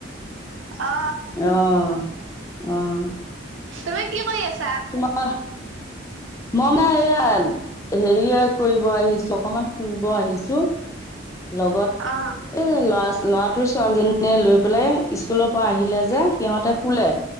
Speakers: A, on the right; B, on the left.
A: অ
B: অহ অহ।
A: তুমি কি কৰি আছ
B: তোমাৰ মই মানে এয়া হেৰি কৰিব আহিছো অকমান ফুৰিব আহিছো। লগত
A: অ
B: এ ল'ৰা ল'ৰাটোৱে ছোৱালীজনীয়ে লৈ পেলাই স্কুলৰ পৰা আহিলে যে সিহঁতে শুলে,